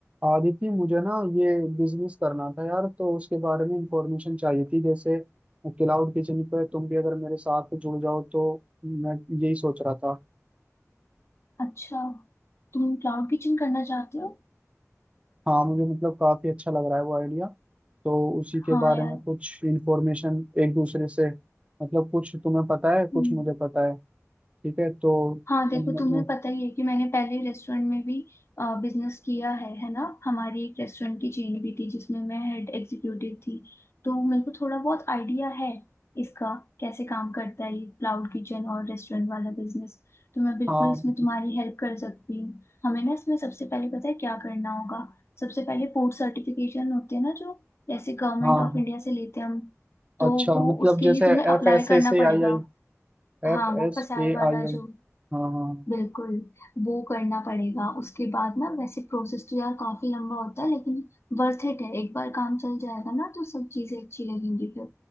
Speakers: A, on the right (about 25°); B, on the left (about 50°).
A: आदित्य मुझे ना ये बिजनेस करना था यार तो उसके बारे में इंफॉर्मेशन चाहिए थी जैसे क्लाउड किचन पे तुम भी अगर मेरे साथ जुड़ जाओ तो मैं यही सोच रहा था
B: अच्छा तुम cloud kitchen करना चाहते हो
A: हाँ मुझे मतलब काफी अच्छा लग रहा है वो आइडिया तो उसी के
B: हाँ
A: बारे
B: यार
A: में कुछ इंफॉर्मेशन एक दूसरे से मतलब कुछ तुम्हें पता है कुछ
B: हम्म,
A: मुझे पता है ठीक है तो
B: हाँ देखो
A: म-
B: तुम्हें
A: म-
B: पता ही है कि मैंने पहले रेस्टोरेंट में भी बिजनेस किया है है ना हमारी एक रेस्टोरेंट की चेन भी थी जिसमें मैं हेड एग्जीक्यूटिव थी तो मेरे को थोड़ा बहुत आइडिया है इसका कैसे काम करता है ये क्लाउड किचन और रेस्टोरेंट वाला बिजनेस तो मैं बिल्कुल
A: हाँ
B: इसमें तुम्हारी हेल्प कर सकती हूँ हमें ना इसमें सबसे पहले पता है क्या करना होगा सबसे पहले फूड सर्टिफिकेशन होते हैं ना जो जैसे गवर्नमेंट
A: हाँ
B: ऑफ इंडिया से लेते हैं हम तो
A: अच्छा
B: वो
A: मतलब
B: उसके
A: जैसे
B: लिए तुम्हें अप्लाई
A: एफ एस एस ए
B: करना
A: से
B: पड़ेगा
A: आई आई
B: हाँ
A: एफ
B: वो
A: एस
B: फसाए
A: ए आई
B: वाला
A: आई
B: जो
A: हाँ हाँ
B: बिल्कुल वो करना पड़ेगा उसके बाद ना वैसे प्रोसेस तो यार काफी लंबा होता है लेकिन वर्थ इट है एक बार काम चल जाएगा ना तो सब चीजें अच्छी लगेंगी फिर